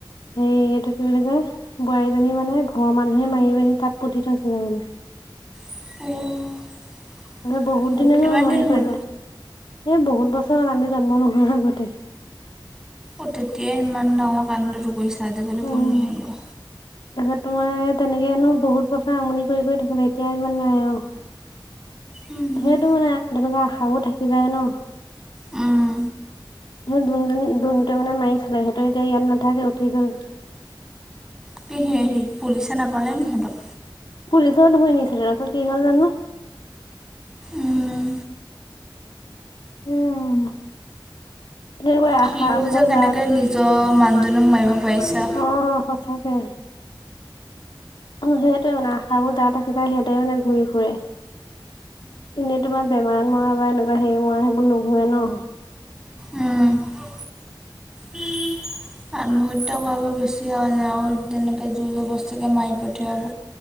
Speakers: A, on the left; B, in the centre.
A: হে এইটো কি বুলি কয় বোৱাৰীজনী মানে ঘৰৰ মানুহে মাৰি পিনি তাত পুতি থৈছিলে মানে
B: <unintelligible>
A: তালে বহুত
B: বহু
A: দিনে
B: কিমান
A: ন আমনি
B: দিন হ'ল
A: কৰিলে এই বহুত বছৰ আমি জন্ম নোহোৱা আগতে
B: অ তেতিয়াই ইমান ডাঙৰ কাণ্ডটো কৰিছে আজিকালি
A: উম
B: কোন নহ'ব
A: তাৰপিছত তোমাৰ তেনেকেনো বহুত বছৰ আমনি কৰি কৰি থাকিলে এতিয়া ইমান নাই আও
B: উম,
A: সেইটো মানে তেনেকোৱা আশাও থাকি যায় ন
B: উম
A: যোন যোনটোৱে মানে মাৰিছিলে সেইটো এতিয়া ইয়াত নাথাকে উঠি গল
B: তি সেই পুলিচে নাপালে নি হঁতক
A: পুলিচেও ধৰি নিছিলে তাছত কি হল জানো
B: উম।
A: উম সেইবোৰে
B: সিও
A: আশাবিলাক
B: যে কেনেকে
A: যা
B: নিজৰ মানুহজনীক মাৰিব পাৰিছে
A: অহ সঁচাকে অ সেইটোৱে মানে আশাবোৰ যা থাকি যায় সিহঁতেও মানে ঘূৰি ফুৰে এনেই তোমাৰ বেমাৰত মৰা বা এনেকোৱা হেৰি মৰা সেইবোৰ নুঘূৰে ন
B: উমহ খোৱা বেছি হয়' আৰু যেনেকে জু জ বস্তুকে মাৰি পঠিয়াব